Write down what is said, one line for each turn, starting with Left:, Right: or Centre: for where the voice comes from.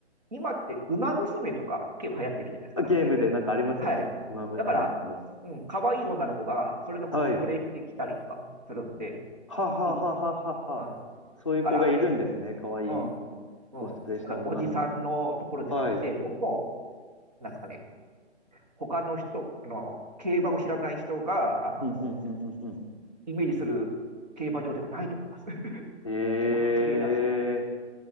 Right: 今って馬娘とか結構流行ってるじゃないですか。
Left: ゲームでなんかありますよね。
Right: はい。
Left: ウマ娘ってね。
Right: だから、うん、可愛い女の子がそれのコスプレしてきたりとかするんで、
Left: はい。ははははははは。
Right: いいですよ。うん。
Left: そういう子がいるんですね。
Right: だから、
Left: かわいい。
Right: うん、うん。
Left: コスプレした女の子とか。
Right: だから、おじさんのところじゃなくて、
Left: はい。
Right: もう、もう、なんですかね、他の人、あの、競馬を知らない人が、あの、
Left: ふんふんふんふんふん。
Right: イメージする競馬場ではないと思います。<laughs>
Left: ええ
Right: 結構綺麗だし、